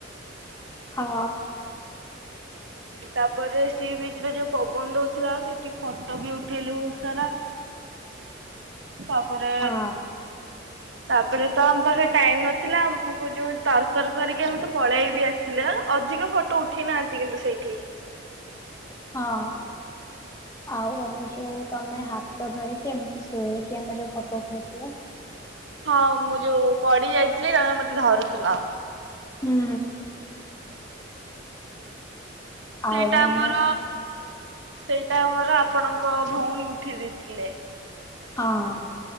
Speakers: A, on the left; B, on the right.
A: ହଁ
B: ତାପରେ ସି ବିଚ ରେ ଯୋଉ ପବନ ଦଉଥିଲା ସେଠି ଫଟୋ ବି ଉଠେଇଲେ ବହୁତ ସାରା ତାପରେ
A: ହଁ
B: ତାପରେ ତ ଆମ ପାଖରେ ଟାଇମ ନଥିଲା ଆମକୁ ଯୋଉ ତରତର କରିକି ଆମେ ତ ପଳେଇବି ଆସିଲେ ଅଧିକ ଫଟୋ ଉଠେଇ ନାହାନ୍ତି କିନ୍ତୁ ସେଇ କି?
A: ହଁ ଆଉ ଆମେ ଯୋଉ ତମେ ହାତ ଧରିକି ଏମିତି ଶୋଇକି ଆମେ ଯୋଉ ଫଟୋ ଉଠାଉଥିଲେ।
B: ହଁ ମୁଁ ଯୋଉ ପଡି ଯାଇଥିଲି ତମେ ମତେ ଧରୁଥୁଲ।
A: ହୁଁ
B: ସେଇଟା
A: ଆଉ
B: ଆମର
A: ମୋ
B: ସେଇଟା ଆମର ଆପଣଙ୍କ ଭଉଣୀ ଉଠେଇ ଦେଇଥିଲେ।
A: ହଁ